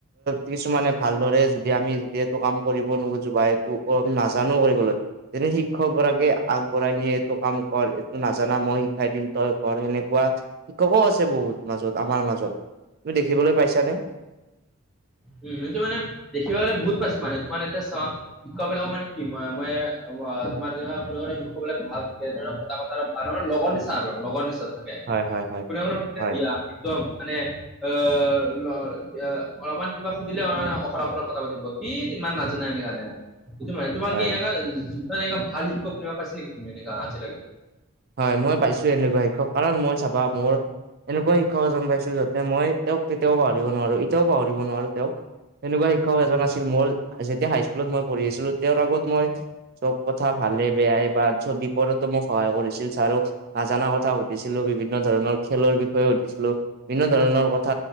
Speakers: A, on the right; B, in the centre.
A: কিছুমানে ভালদৰে যদি আমি, যদি এইটো কাম কৰিব নাজানোঁ বা এইটো নাজানোঁ কৰিবলৈ। যদি শিক্ষক গৰাকীয়ে পৰাই নিয়ে, এইটো কাম কৰ, এইটো নাজানা। মই শিকাই দিম, তই কৰ সেনেকুৱা। শিক্ষকও আছে বহুত, মাজত আমাৰ মাজত। তুমি দেখিবলৈ পাইছানে।
B: উম্, সেইটো মানে দেখিব গ'লে বহুত পাইছোঁ মানে। তোমাৰ এতিয়া চ শিক্ষক বিলাকৰ মানে কি, মানে তোমাৰ যেনেতেনে শিক্ষক বিলাক ভাল কথা বতৰা আৰু মানে লোভৰ নিচা আৰু লোভৰ নিচাত থাকে।
A: হয় হয় হয়
B: কোনে কোনে পাতিছে
A: হয়
B: বিয়া। একদম মানে আহ্ অলপমান। কিবা সুধিলে অখৰা অখৰা কথা পাতিব। কি ইমান নাজানে এনেকে কাণে মানে তোমাৰ
A: হয়
B: কি এনেকা যত' এনেকা ভাল শিক্ষক শুনিব পাইছে নেকি? তুমি এনেকা আজি লাগে,
A: হয়, মই পাইছোঁ এনেকুৱা শিক্ষক কাৰণ মই চাবা মোৰ এনেকুৱা শিক্ষক এজন পাইছোঁ, যাতে মই তেওঁক কেতিয়াও পাহৰিব নোৱাৰোঁ। এতিয়াও পাহৰিব নোৱাৰোঁ তেওঁক। এনেকুৱা শিক্ষক এজন আছিল মোৰ। যেতিয়া হাইস্কুলত মই পঢ়ি আছিলোঁ, তেওঁৰ আগত মই চব কথা ভালে বেয়াই বা চব বিপদত মোক সহায় কৰি চাৰক নাজানা কথা সুধিছিলোঁ, বিভিন্ন ধৰণৰ খেলৰ বিষয়ে সুধিছিলোঁ, বিভিন্ন ধৰণৰ কথা